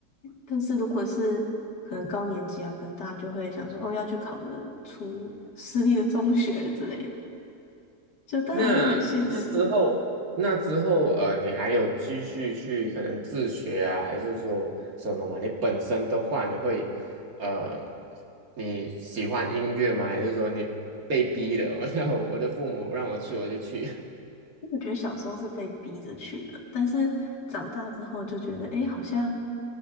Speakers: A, on the left; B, on the right.
A: 但是如果是可能高年级啊，可能大家就会想说，哦，要去考个出私立的中学之类的，就大家还是很现实。
B: 那那之后，那之后，呃，你还有继续去可能自学啊，还是说什么嘛？你本身的话，你会，呃，你喜欢音乐吗？还是说你被逼的？<laughs> 然后我的父母让我去，我就去。<laughs>
A: 我觉得小时候是被逼着去的，但是长大之后就觉得，哎，好像，